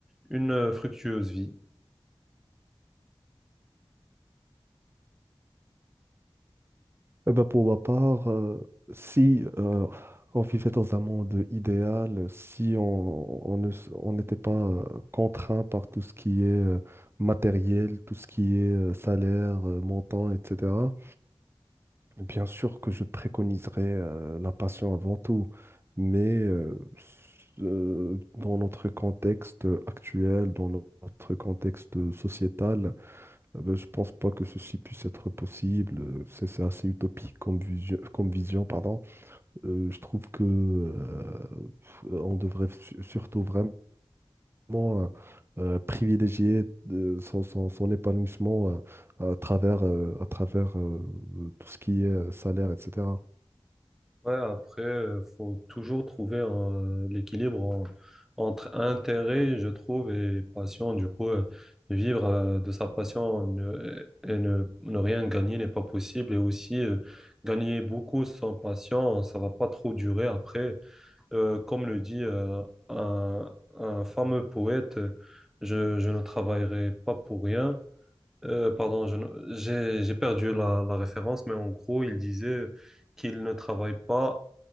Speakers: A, in the centre; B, on the right.
A: une euh, fructueuse vie.
B: Eh ben, pour ma part, euh, si euh, on vivait dans un monde idéal, si on, on ne, s- on n'était pas euh, contraint par tout ce qui est euh, matériel, tout ce qui est euh, salaire, euh, montant, etc., bien sûr que je préconiserais euh, la passion avant tout. Mais euh, s- euh, dans notre contexte actuel, dans no- notre contexte sociétal, euh, ben, Je pense pas que ceci puisse être possible. Euh, C'est c'est assez utopique comme vision, comme vision, pardon. Euh, je trouve que euh, pff, on devrait su- surtout vraiment euh, euh, privilégier euh, son, son- son épanouissement euh, à travers, euh, à travers euh, tout ce qui est euh, salaire, etc.
A: Ouais, après, euh, faut toujours trouver un- l'équilibre en- entre intérêt, je trouve, et passion. Du coup, euh, vivre euh, de sa passion ne- et ne, ne rien gagner n'est pas possible. Et aussi, euh, gagner beaucoup sans passion, ça va pas trop durer. Après, Euh, comme le dit euh, un, un fameux poète, je, je ne travaillerai pas pour rien. Euh, pardon, je ne- j'ai j'ai perdu la, la référence, mais en gros, il disait qu'il ne travaille pas